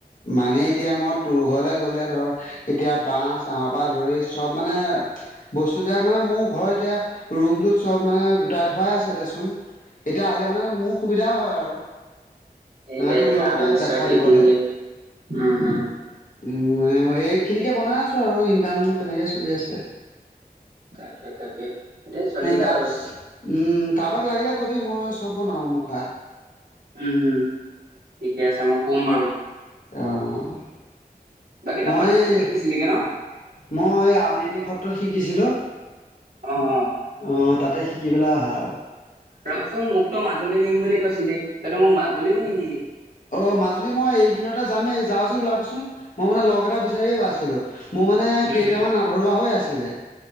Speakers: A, on the left (about 55°); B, on the right (about 80°).
A: মানে এতিয়া মই তোৰ ঘৰলৈ গ'লে ধৰ, এতিয়া বাঁহ-চাহৰ পৰা ধৰি চব মানে বস্তুবিলাক মানে মোৰ ঘৰত এতিয়া ৰুমটোত, চব মানে গোটাই থোৱাই আছে দেচোন। এতিয়া আহিলে মানে মোৰ সুবিধা হয় আৰু!
B: এ
A: মানে
B: দে
A: তোক
B: যাম
A: লগতে
B: নিশ্চয়
A: দেখাই
B: শিকিমগে।
A: দিবলে
B: উম, হুম।
A: উম মানে এইখিনিকে বনাই আছোঁ আৰু, ইনকাম তেনেকে চলি আছে।
B: তাকে তাকে এতিয়া চলি থাক
A: তাপছ
B: আৰু
A: উম! কাৰোবাক লাগিলে কবি, মই চব বনাওঁ মুখা।
B: উম হুম। ঠিকে আছে মই কম বাৰু।
A: অ'।
B: বাকী তই
A: মই
B: মাজুলী
A: এই,
B: শিকিছিলিগে ন?
A: মই আউনীআটি সত্ৰত শিকিছিলোঁ।
B: অ' হ
A: অ' তাতে শিকি পেলাই অহা আৰু।
B: ৰখচোন মোকতো মাজুলী নিম বুলি কৈছিলি! তইতো মোক মাজুলীও নিনিলি।
A: অ' মাজুলী মই এইকিদিনতে যামেই। যাৱ যদি ওলাবিচোন, মই মানে লগ এটা বিচাৰিয়ে আছিলোঁ। মোৰ মানে
B: উম,
A: কেইটামান
B: হুম,
A: আধৰুৱা হৈ আছিলে।